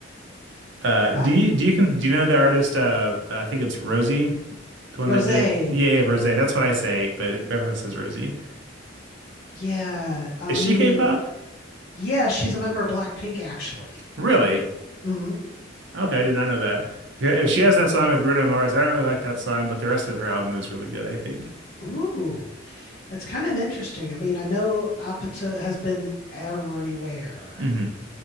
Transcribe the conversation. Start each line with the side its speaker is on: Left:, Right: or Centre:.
Right: Uh,
Left: What?
Right: do you do you can do you know the artist? Uh, I think it's Rosie, the one
Left: Rosé.
Right: that did Yeah, Rosé. That's what I say, but everyone says Rosie.
Left: Yeah. Um,
Right: Is she
Left: you
Right: K-pop?
Left: mean, yeah, she's a member of Blackpink, actually.
Right: Really?
Left: hmm
Right: Okay, I did not know that. Yeah, She has that song with Bruno Mars. I don't really like that song, but the rest of her album is really good, I think.
Left: Ooh, that's kind of interesting. I mean, I know Apata has been everywhere.
Right: hmm